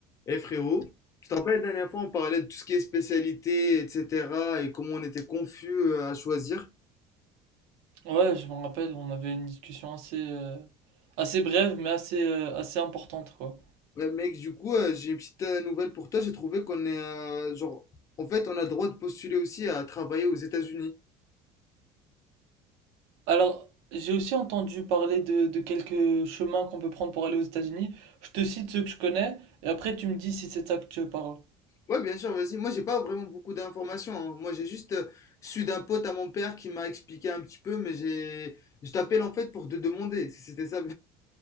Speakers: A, on the left; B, on the right.
A: Eh frérot, tu te rappelles la dernière fois on parlait de tout ce qui est spécialité, etc. et comment on était confus euh, à choisir.
B: Ouais, je me rappelle, on avait une discussion assez, euh, assez brève, mais assez, euh, assez importante, quoi.
A: Ouais, mec, du coup, euh, j'ai une petite euh, nouvelle pour toi. J'ai trouvé qu'on est euh, genre, en fait, on a le droit de postuler aussi à travailler aux États-Unis.
B: Alors, j'ai aussi entendu parler de, de quelques chemins qu'on peut prendre pour aller aux États-Unis. Je te cite ceux que je connais, et après tu me dis si c'est de ça que tu parles.
A: Ouais, bien sûr, vas-y. Moi, j'ai pas vraiment beaucoup d'informations. hein. Moi, j'ai juste euh, su d'un pote à mon père qui m'a expliqué un petit peu, mais j'ai, je t'appelle en fait pour te demander si c'était ça